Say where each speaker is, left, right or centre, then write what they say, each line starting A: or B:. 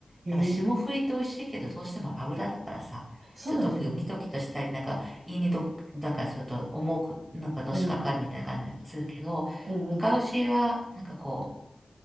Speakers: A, on the right; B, on the right.
A: ええ
B: だから霜降りって美味しいけど、どうしても油だからさ、
A: そうなんだよね。
B: ちょっとギトギトしたり、なんか胃にどっ、なんかちょっと重く、なんかのしかかるみたいな感じがするけど、
A: うん、うん、うん。
B: 赤牛は、なんかこ